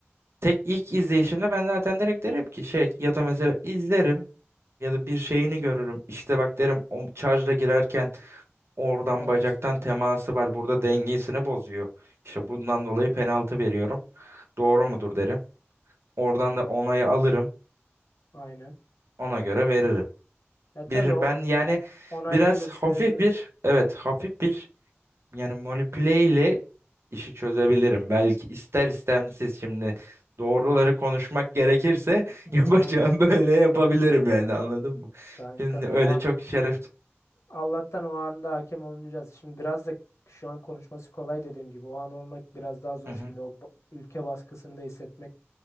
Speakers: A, on the right; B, on the left.
A: Tek ilk izleyişimde ben zaten direkt derim ki şey ya da mesela izlerim ya da bir şeyini görürüm. İşte bak derim o şarja girerken oradan
B: Evet.
A: bacaktan teması var. Burada dengesini bozuyor. İşte bundan dolayı penaltı veriyorum. Doğru mudur derim. Oradan da onayı alırım.
B: Aynen.
A: Ona göre veririm.
B: E
A: Bir
B: tabii o
A: ben yani
B: onay
A: biraz
B: gelirse
A: hafif
B: verilir.
A: bir evet hafif bir Yani manipüle ile işi çözebilirim. Belki ister istemsiz şimdi doğruları konuşmak gerekirse <laughs> yapacağım
B: Aynen.
A: böyle yapabilirim yani anladın mı?
B: Kanka
A: Şimdi öyle
B: o an
A: çok şeref.
B: Allah'tan o anda hakem olmayacağız. Şimdi biraz da şu an konuşması kolay dediğim gibi. O an olmak biraz daha zor.
A: Hı hı,
B: Şimdi o ba- ülke baskısını da hissetmek